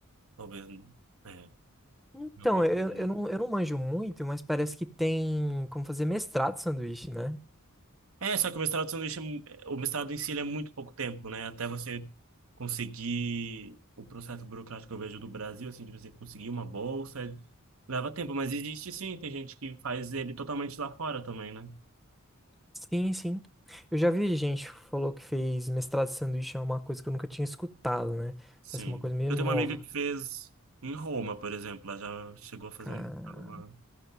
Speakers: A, on the right; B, in the centre.
A: talvez, é,
B: Então,
A: alguma coisa.
B: eu, eu não, eu não manjo muito, mas parece que tem como fazer mestrado de sanduíche, né?
A: É, só que o mestrado de sanduíche, é mu- o mestrado em si, ele é muito pouco tempo, né? Até você conseguir o processo burocrático que eu vejo do Brasil, assim, de você conseguir uma bolsa, é- leva tempo, mas existe sim, tem gente que faz ele totalmente lá fora também, né?
B: Sim, sim. Eu já vi gente que falou que fez mestrado de sanduíche, é uma coisa que eu nunca tinha escutado, né?
A: Sim.
B: Parece uma coisa meio
A: Eu
B: nova.
A: tenho uma amiga que fez em Roma, por exemplo, ela já chegou a fazer
B: Cara,
A: um mestrado lá